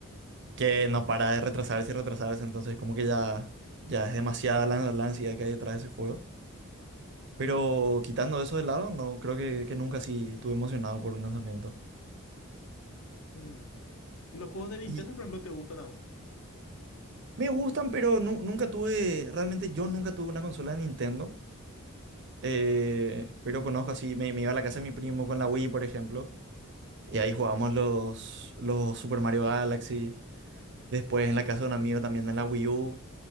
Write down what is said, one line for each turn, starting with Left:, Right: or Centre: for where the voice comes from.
Right: que no para de retrasarse y retrasarse, entonces como que ya, ya es demasiada la, la ansiedad que hay detrás de ese juego. Pero quitando eso de lado, no, creo que, que nunca sí estuve emocionado por un lanzamiento.
Left: Mm. ¿Y los juegos de Nintendo,
Right: Y
Left: por ejemplo, te gustan a vos?
Right: me gustan, pero nu- nunca tuve, realmente yo nunca tuve una consola de Nintendo. Eh, pero conozco así, me, me iba a la casa de mi primo con la Wii, por ejemplo. Y ahí jugábamos los, los Super Mario Galaxy. Después en la casa de un amigo también en la Wii U.